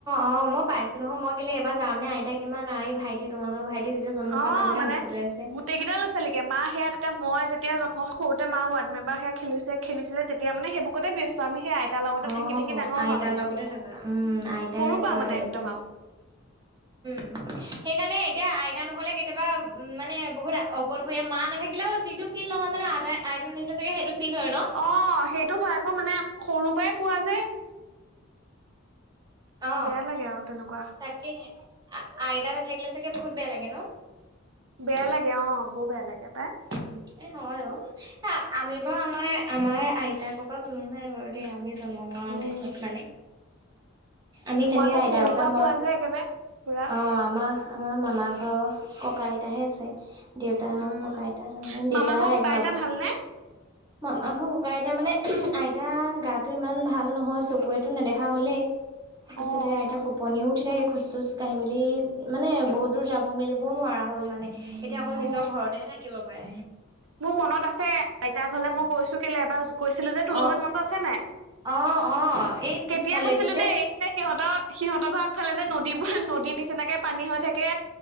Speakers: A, on the right; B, on the right.
A: অ মই পাইছো নহয় মই কেলে এইবাৰ যাওঁতেনে আইতা কিমান আৰু এই ভাইটি তোমালোকৰ ভাইটি যেতিয়া জন্ম হৈছিলে
B: অ
A: মা যেতিয়া
B: মানে
A: হস্পিতেলত আছিলে
B: গো তেইকেইটা লৈছে নেকি মা সেয়া তেতিয়া মই যেতিয়া জন্ম সওঁতে মা ৱাড মেম্বাৰ সেয়া খেলিছে খেলিছিলে তেতিয়া মানে সেইবোৰ আগতে ব্যস্ত আমি সেই আইতাৰ লগতে
A: অ
B: থাকি থাকি ডাঙৰ
A: আইতাৰ
B: হোৱা মানে
A: লগতে থকা উম আইতাই
B: সৰু পৰা
A: পুৰা
B: মানে
A: হেৰি
B: একদম
A: কৰে
B: আৰু <unintelligible>
A: উম সেইকাৰণে এতিয়া আইতা নহ'লে কেতিয়াবা উ মানে বহুত অকলণশৰীয়া মা নাথাকিলেও যিটো ফিল নহয় মানে আইতা আইতা নাথাকিলে চাগে সেইটো ফিল হয় ন
B: অঁ সেইটো হয় আকৌ মানে সৰুৰ পৰাই পোৱা যে
A: অ
B: বেয়া লাগে আৰু তেনেকুৱা
A: তাকে আইতা নাথাকিলে চাগে বহুত বেয়া লাগে ন
B: বেয়া লাগে অ বৰ বেয়া লাগে পাই
A: উম এ নহয় অ হ আমি বাৰু আমাৰ আমাৰ আইতা ককা কোনো নাই বাৰু দেই আমি জন্ম হোৱাৰ
B: উম
A: পিছত মানে আমি
B: মই
A: তেনেকে
B: আকৌ
A: আহইতা
B: সৰুৰ
A: ককা
B: পৰা
A: মোৰ
B: পোৱা যে একেবাৰে পুৰা
A: অ আমাৰ আমাৰ মামা ঘৰ ককা আইতাহে আছে দেউতা
B: উম
A: ককা আইতা দেউতা
B: মামাকৰ ককা
A: এঘাৰ
B: আইতা
A: বছৰ
B: ভালনে
A: ম মাংস ককাই আইতা মানে আইতা গাটো ইমান ভাল নহয় চকুৱে টো নেদেখা হলেই তাৰপিছতে
B: অ অ
A: আইতাক পণীও উঠি থাকে খোজ চোজ কাঢ়ি মেলি মানে বহুত দূৰ যাব মেলিবও নোৱাৰা হ'ল মানে এতিয়া অকল
B: অ
A: নিজৰ ঘৰতেহে থাকিব পাৰে
B: মোৰ মনত আছে এতিয়া ঘৰলে মই গৈছো কেলে এবাৰ কৈছিলো যে তোৰ লগত
A: অ',
B: মনত আছে নাই
A: অ', অ', এই পিছফালেদি
B: কেতিয়া গৈছিলো দেই যে সিহঁতৰ সিহঁতৰ আগ ফালে যে নদীবোৰ নদীৰ নিচিনাকে পানী হৈ থাকে